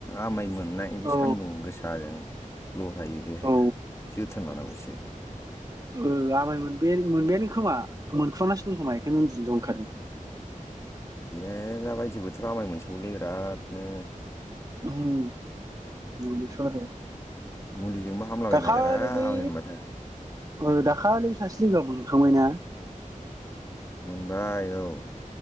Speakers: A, on the left; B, on the right.
A: आमायमोन मोननाय बे
B: औ
A: सान्दुं गोसाजों लरायो देहाया
B: औ
A: जोथोन लानांगौ एसे
B: ओ आमाय मोन मोनबायानो खोमा मोनफामनासो दं खोमा बेखायनो उन्दुनोल' ओंखारो
A: ए दाबायदि बोथोर आमाय मोनसावोलै बिरादनो
B: ओहोम मोनोस थ' आरो
A: मुलिजोंबो हामलाबायनो
B: दाखालि
A: नागिरा
B: बै
A: आमाय मोनबानो
B: ओ दाखालिबो सासे लोगोआ मोनखांबायना
A: मोनबाय औ